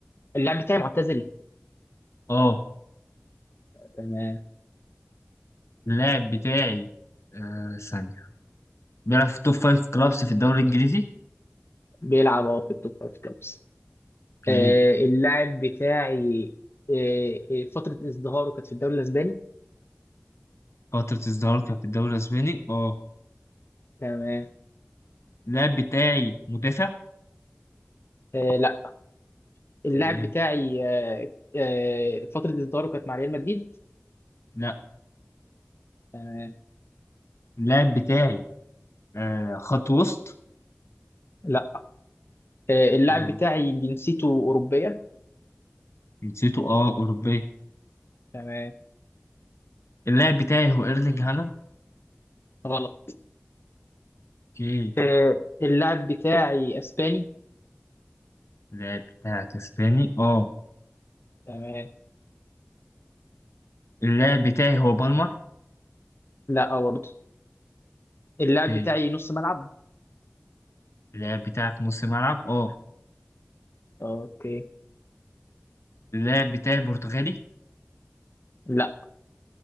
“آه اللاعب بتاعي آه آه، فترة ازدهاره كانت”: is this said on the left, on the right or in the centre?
Left